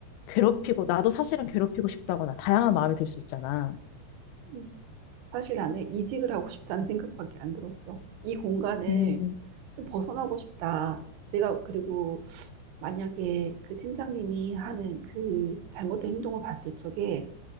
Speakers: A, on the left; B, on the right.
A: 괴롭히고 나도 사실은 괴롭히고 싶다거나 다양한 마음이 들 수 있잖아.
B: 음. 사실 나는 이직을 하고 싶다는 생각밖에 안 들었어. 이 공간을
A: 음,
B: 좀 벗어나고 싶다. 내가 그리고 만약에 그 팀장님이 하는 그 잘못된 행동을 봤을 적에